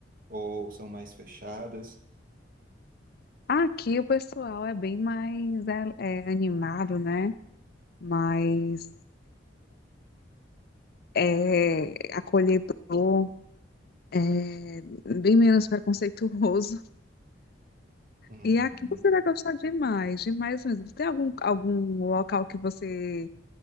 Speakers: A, on the right; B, on the left.
A: ou são mais fechadas?
B: Aqui o pessoal é bem mais é, é, animado, né? Mais. é, acolhedor, é, bem menos preconceituoso.
A: Uhum.
B: E aqui você vai gostar demais, demais mesmo. Tem algum, algum local que você